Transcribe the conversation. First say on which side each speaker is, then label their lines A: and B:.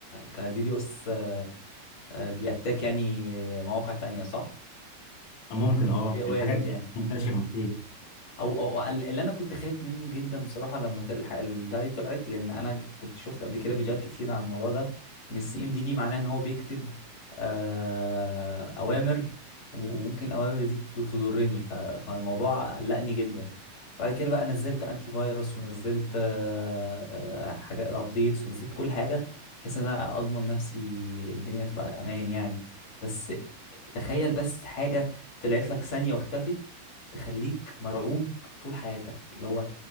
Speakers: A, on the left; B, on the left.
A: كدي دي اس آه، آه، بيأتاك يعني مواقع تانية صح؟
B: ممكن اه
A: شيء وارد
B: الحاجات دي
A: يعني
B: منتشرة كتير
A: او او أو اللي انا كنت خايف منه جدا بصراحه لما تل- الح- البتاعه دي طلعت لان انا كنت شفت قبل كده فيديوهات كتير عن الموضوع ده ان السي ام دي دي معناها ان هو بيكتب آه اوامر وم- وممكن اوامر دي ت- تضرني ف- فالموضوع قلقني جدا بعد كده بقى نزلت انتي فيروس ونزلت آه آه حاجات الابديتس ونزلت كل حاجه بحيث ان انا اضمن نفسي الدنيا تبقى امان يعني بس تخيل بس حاجه طلعت لك ثانيه واختفت تخليك مرعوب طول حياتك اللي هو